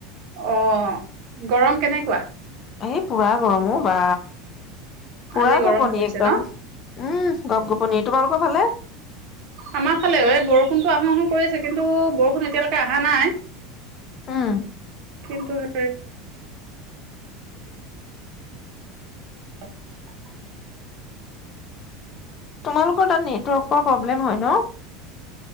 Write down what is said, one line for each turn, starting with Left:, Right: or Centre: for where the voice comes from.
Right: অ গৰম কেনেকুৱা
Left: এই পুৰা গৰমো বা পুৰা
Right: আজি গৰম
Left: গোপনি
Right: পৰিছে
Left: একদম,
Right: ন
Left: উম গপ গপনি তোমালোক হালে <unintelligible>
Right: আমাৰ ফালে এ বৰষুণতো আহোঁ আহো কৰি আছে কিন্তু বৰষুণ এতিয়ালৈকে অহা নাই
Left: উম,
Right: কিন্তু হ <unintelligible>
Left: তোমালোকৰ তাত নেটৱৰ্কৰ প্ৰব্লেম হয় ন?